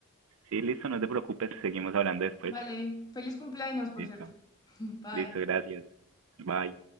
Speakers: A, on the right; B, on the left.
A: Sí, listo, no te preocupes, seguimos hablando después.
B: Vale, feliz cumpleaños, por
A: Listo,
B: cierto. <laughs> Bye.
A: listo, gracias. Bye.